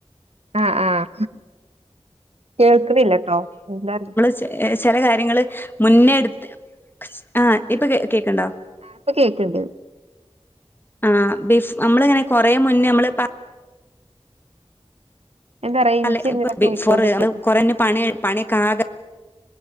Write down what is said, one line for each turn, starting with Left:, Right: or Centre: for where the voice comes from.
Right: ആഹ് ആഹ് കേൾക്ക്ണ് ഇല്ലട്ടോ എന്താറി
Left: ചെ ചെലെ കാര്യങ്ങെൾ മുന്നെ എട്ത്ത് ആ ഇപ്പ കേ കേക്ക് ഇണ്ടോ?
Right: ആഹ് ഇപ്പ കേക്ക് ഇണ്ട്.
Left: ആഹ് ബിഫ് അമ്മെൾ ഇങ്ങനെ കൊറെ മുന്നെ ഞമ്മെൾ പ
Right: എന്താ റേഞ്ച്
Left: അല്ലെയ്
Right: ഇങ്ങനെ
Left: ഇപ്പ ബിഫോർ
Right: പോയിക്കൊണ്ടിരിക്കുന്നു
Left: അത് കൊറെ ഇന്റെ പണി കഴി പണി ഒക്കെ ആകെ